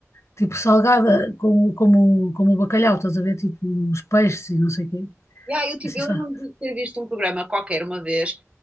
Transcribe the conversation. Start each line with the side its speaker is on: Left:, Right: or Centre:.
Left: tipo salgada, como, como, como o bacalhau, estás a ver? Tipo os peixes e não sei o quê.
Right: E aí, eu, tipo,
Left: É Assim,
Right: eu
Left: sabe?
Right: lembro-me de ter visto um programa qualquer uma vez